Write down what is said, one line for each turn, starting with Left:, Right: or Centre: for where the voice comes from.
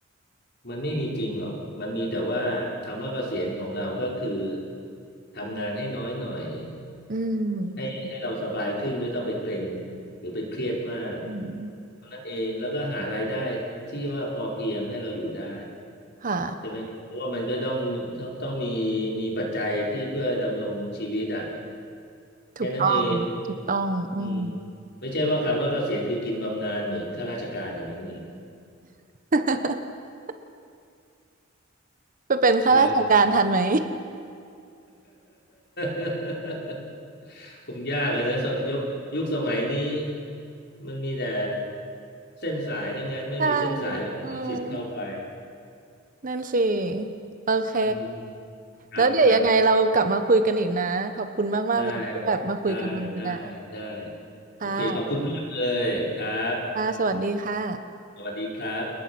Left: มันไม่มีจริงหรอกมันมีแต่ว่าคำว่าเกษียณของเราก็คือทำงานให้น้อยหน่อย
Right: อืม
Left: ให้ให้เราสบายขึ้นไม่ต้องไปเกร็งหรือไปเครียดมาก
Right: อืม
Left: เท่านั้นเองแล้วก็หารายได้ที่ว่าพอเพียงให้เราอยู่ได้
Right: ค่ะ
Left: ใช่ไหมเพราะว่ามันก็ต้องต้องต้องมีมีปัจจัยที่เพื่อดำรงชีวิตอ่ะแค่นั้นเอง
Right: ถูกต้องถูกต้องอืม
Left: อืมไม่ใช่ว่าคำว่าเกษียณคือกินบำนาญเหมือนข้าราชการอย่างนั้นนี่
Right: <laughs> ไปเป็นข้าราชการทันไหม
Left: นะ <laughs> คงยากอะนะสยุคยุคสมัยนี้มันมีแต่เส้นสายทั้งนั้นไม่มีเส้นสายก็ไม่มีสิทธิ์เข้าไป
Right: <laughs> ใช่อืม นั่นสิ โอเค
Left: อืมครับครับ
Right: แล้วเดี๋ยวยังไงเรากลับมาคุยกันอีกนะ ขอบคุณมากๆเลยที่แบบมาคุยกันวันนี้นะ
Left: ได้ได้ได้ได้โอเคขอบคุณมากเลยครับ
Right: ค่ะค่ะสวัสดีค่ะ
Left: สวัสดีครับ